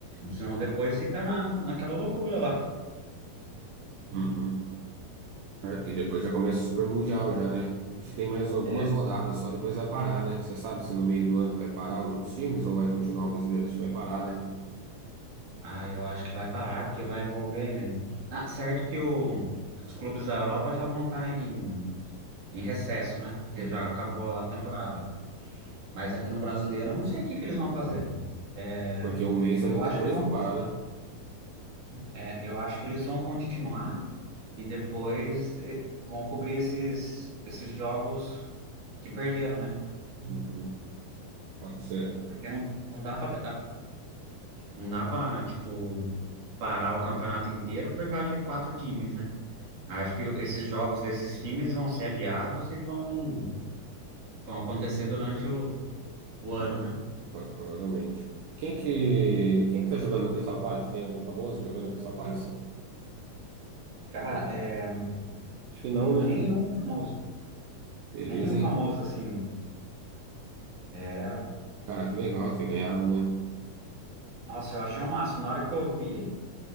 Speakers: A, on the right; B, on the right.
A: senão depois fica na, naquela loucura lá.
B: Uhum. E depois já começa o Super Mundial já, né? Acho que tem mais algumas
A: É.
B: rodadas, só depois vai parar, né? Você sabe se no meio do ano vai parar os outros times ou vai continuar o brasileiro? Acho que vai parar, né?
A: Ah, eu acho que vai parar, porque vai envolver. Ah, certo que o, os clubes da Europa já vão estar em, em recesso, né? Porque
B: Uhum.
A: já acabou a temporada. Mas aqui no Brasileiro, eu não sei o que que eles vão fazer. É,
B: Porque um mês é
A: eu
B: muita
A: acho
B: coisa
A: que vão.
B: pra parar, né?
A: É, eu acho que eles vão continuar e depois eh, vão cobrir esses, esses jogos que perderam, né?
B: Uhum. Pode ser.
A: Porque não, não dá para não dá para tipo parar o campeonato inteiro por causa de quatro times, né? Acho que esses jogos desses times vão ser adiados e vão, vão acontecer durante o, o ano,
B: né?
A: né?
B: Pode- provavelmente. Quem que, quem que tá jogando no Crystal Palace? Tem algum famoso jogando no Crystal Palace?
A: Cara,
B: Acho
A: é,
B: que não,
A: nenhum
B: né?
A: famoso,
B: Beleza,
A: nenhum
B: hein?
A: famoso assim. É,
B: Cara, que legal ter ganhado, né?
A: nossa, eu achei o máximo. Na hora que eu vi